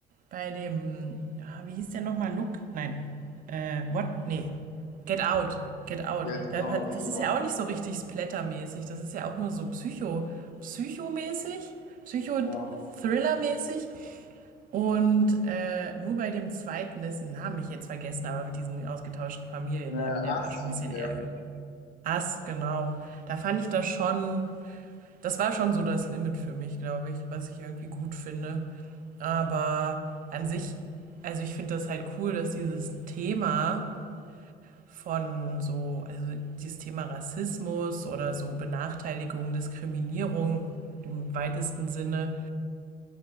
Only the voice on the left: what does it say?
Get Out,
ja.
Ja.
Ne,
Ass
hieß
der.